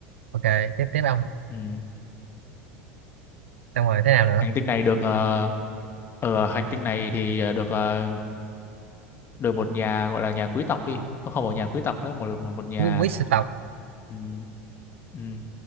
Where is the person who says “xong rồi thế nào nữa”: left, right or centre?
Right